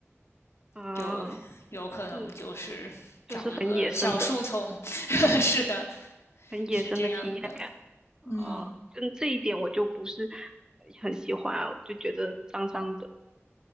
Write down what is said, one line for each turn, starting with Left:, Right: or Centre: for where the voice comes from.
Right: 啊，
Left: 就有可能就是找一个小树丛。
Right: 嗯，就是很野生的，
Left: <laughs> 是的，
Right: 很野生的体验感。
Left: 是这样的。
Right: 啊，
Left: 嗯。
Right: 嗯，这一点我就不是很喜欢，我就觉得脏脏的。